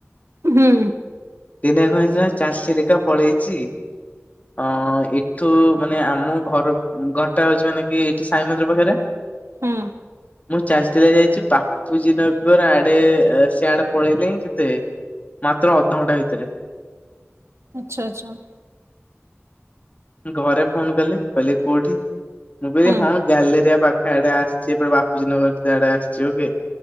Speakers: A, on the right; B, on the left.
A: ହୁଁ
B: ଦିନେ କଣ ହେଇଚି ନା ଚାଲି ଚାଲିକା ପଳେଇଛି ଅ ଏଠୁ ମାନେ ଆମ ଘର କୁ ଘରଟା ହଉଛି ମାନେ କି ସାଇ ମନ୍ଦିର ପାଖରେ।
A: ହୁଁ।
B: ମୁଁ ଚାଲି ଚାଲି ଯାଇଛି ବାପୁଜୀ ନଗର ଆଡେ ସିଆଡେ ପଳେଇଲେଇଁ କେତେ ମାତ୍ର ଅଧଘଣ୍ଟା ଭିତରେ।
A: ଆଛା ଆଚ୍ଛା।
B: ଘରେ ଫୋନ କଲି କହିଲେ କୋଉଠି ମୁଁ କହିଲି
A: ହୁଁ
B: ହଁ ଗ୍ୟା ଲେରିଆ ପାଖ ଆଡେ ଆସିଛି ଏପଟେ ବାପୁଜୀ ନଗର ଆଡେ ଆସିଛି ଓକେ